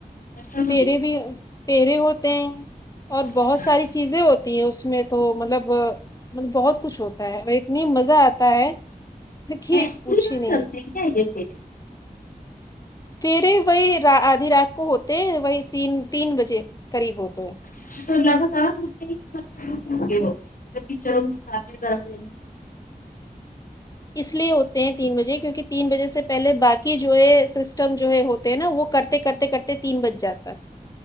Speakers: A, on the left; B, on the left.
A: ہیں
B: پہرے بھی پہرے ہوتے ہیں اور بہت
A: دیکھنا
B: ساری چیزیں ہوتی ہیں اس میں تو مطلب بہت کچھ ہوتا وہ اتنی مزہ آتا ہے کیونکی
A: ہے
B: ہی
A: پوری
B: پوچھی
A: رات
B: نہیں
A: <unintelligible>
B: پںہرے وہی آدھی رات کو ہوتے ہیں وہی تین تین بجے قریب ہوتے ہیں
A: <unintelligible>
B: اس لیے ہوتے ہیں تین بجے کیونکہ تین بجے سے پہلے باقی جو ہے سسٹم جو ہے ہوتے ہیں نا وہ کر کہ کرتے کرتے کرتے تین بج جاتا